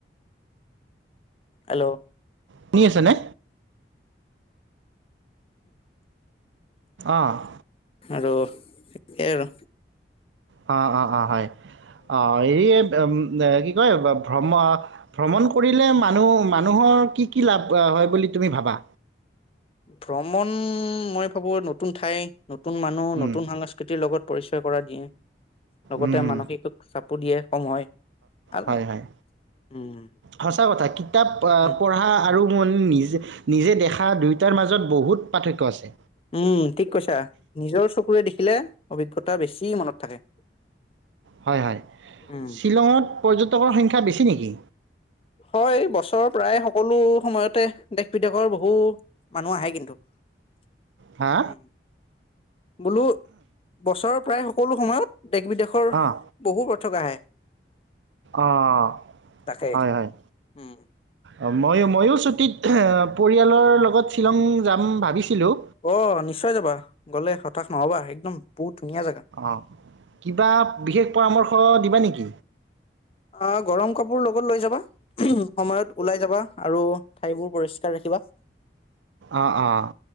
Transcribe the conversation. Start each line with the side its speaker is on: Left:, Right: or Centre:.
Left: এল'
Right: শুনি আছে নে? অ'।
Left: আৰু সেই আৰু
Right: অ'অ'অ'হয় অ' <unintelligible> কি কয় ভ্ৰম ভ্ৰমণ কৰিলে মানুহ-মানুহৰ কি, কি লাভ হয় বুলি তুমি ভাবা?
Left: ভ্ৰমণ মই ভাবো নতুন ঠাই, নতুন মানুহ,
Right: উম,
Left: নতুন সাংস্কৃতিৰ লগত পৰিচয় কৰাই দিয়ে লগতে
Right: উম, হুম।
Left: মানসিক চাপো দিয়ে কম হয়। ভাল
Right: হয়,
Left: আৰু
Right: হয়।
Left: উম
Right: সঁচা কথা কিতাপ
Left: উম
Right: অ' পঢ়া আৰু <unintelligible> নিজে- নিজে দেখা দুয়োটাৰ মাজত বহুত পাৰ্থক্য আছে।
Left: উম, ঠিক কৈছা নিজৰ চকুৰে দেখিলে অভিজ্ঞতা বেছি মনত থাকে।
Right: হয়, হয়
Left: উম
Right: শ্বিলঙত পৰ্যটকৰ সংখ্যা বেছি নেকি?
Left: হয় বছৰৰ প্ৰায় সকলো সময়তে দেশ- বিদেশৰ বহু মানুহ আহে কিন্তু। <inaudible>
Right: হা
Left: উম, বোলো বছৰৰ প্ৰায় সকলো সময়ত দেশ- বিদেশ শৰ
Right: অঁ
Left: বহু পঠক আহে।
Right: অ'হয়,
Left: তাকে
Right: হয়।
Left: উম,
Right: অ' মইয়ো-মইয়ো ছুটীত পৰিয়ালৰ লগত শ্বিলং যাম ভাবিছিলোঁ
Left: অ' নিশ্চয় যাবা গ'লে হতাশ ন'হবা একদম বহুত ধুনীয়া জাগা।
Right: অ' কিবা বিশেষ পৰামৰ্শ দিবা নেকি?
Left: অ'গৰম কাপোৰ লগত লৈ যাবা সময়ত ওলাই যাবা। আৰু ঠাইবোৰ পৰিষ্কাৰ ৰাখিবা।
Right: অ'অ'
Left: উম